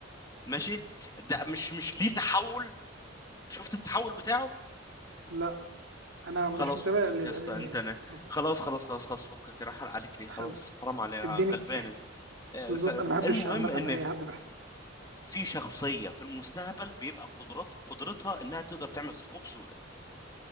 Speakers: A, on the left; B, on the right.
A: ماشي ده مش مش ليه تحول شفت التحول بتاعه
B: لا انا مش
A: خلاص
B: متابع
A: فكك
B: للانمي
A: يا اسطى انت انا
B: بالظبط
A: خلاص خلاص خلاص خلاص فكك انا هحرق عليك ليه خلاص
B: حلو
A: حرام عليك
B: اديني
A: غلبان انت آه،
B: بالظبط
A: فالمهم
B: انا ما بحبش عامه
A: ان
B: اي حد
A: في شخصية في المستقبل بيبقى قدرات قدرتها انها تقدر تعمل ثقوب سوداء